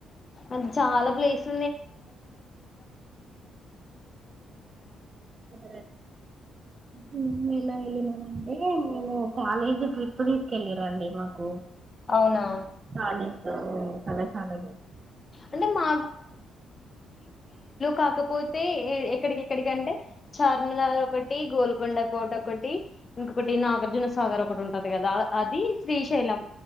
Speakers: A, on the left; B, on the right.
A: అది చాలా ప్లేస్
B: అద <inaudible> ఇలా వెళ్ళినామంటే మేము కాలేజీ ట్రిప్ తీసుకెళ్ళరండి మాకు
A: అవునా
B: కాలేజీ తో <unintelligible>
A: అంటే మా కాకపోతే ఎక్కడికి ఎక్కడికంటే చార్మినార్ ఒకటి గోల్కొండ కోట ఒకటి ఇంకొకటి నాగార్జునసగర్ ఒకటి ఉంటది కదా అది శ్రీశైలం